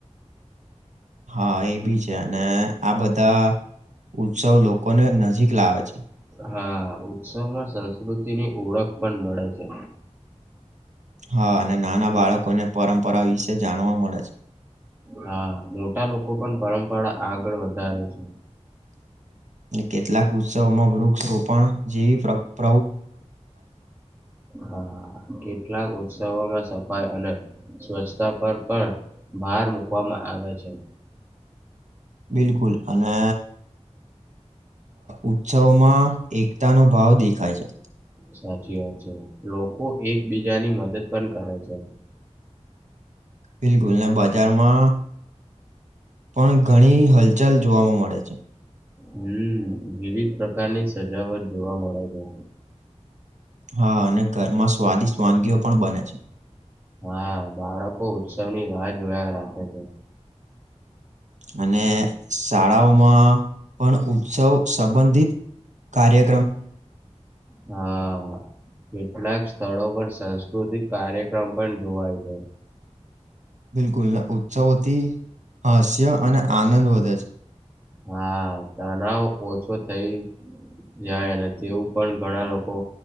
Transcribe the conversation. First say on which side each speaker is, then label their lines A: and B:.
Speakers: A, on the right (about 85°); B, on the right (about 20°).
A: હા, એ બી છે અને આ બધા ઉત્સવ લોકોને નજીક પેલા આવે છે.
B: હા, ઉત્સવમાં સંસ્કૃતિની ઓળખ પણ મળે છે.
A: હા, અને નાના બાળકોને પરંપરા વિશે જાણવા મળે છે.
B: હા, મોટા લોકો પણ પરંપરા આગળ વધારે છે.
A: કેટલાક ઉત્સવોમાં વૃક્ષ રોપણ જેવી પ્રવૃ
B: હા, કેટલાક ઉત્સવોમાં સફાઈ અને સ્વચ્છતા પર પણ ભાર મુૂકવામાં આવે છે.
A: બિલકુલ. અને ઉત્સવોમાં એકતાનો ભાવ દેખાય છે.
B: સાચી વાત છે. લોકો એકબીજાની મદદ પણ કરે છે.
A: બિલકુલને, બજારમાં પણ ઘણી હલચલ જોવાવામાં મળે છે
B: હમ, વિવિધ પ્રકારની સજાવટ જોવા મળે છે.
A: હા અને ઘરમાં સ્વાદિષ્ટ વાનગીઓ પણ બને છે.
B: હા, બાળકો ઉત્સવની રાહ જોયા રાખે છે.
A: અને શાળાઓમાં પણ ઉત્સવ સંબંધિત કાર્ય
B: હા, કેટલાક સ્થળો પર સાંસ્કૃતિક કાર્યક્રમ પણ જોવાય જાય છે.
A: બિલકુલ. ઉત્સવોથી, હાસ્ય અને આનંદ વધે છે.
B: હા, તણાવ ઓછો થઈ. જાય અને તેવું પણ ઘણા લોકો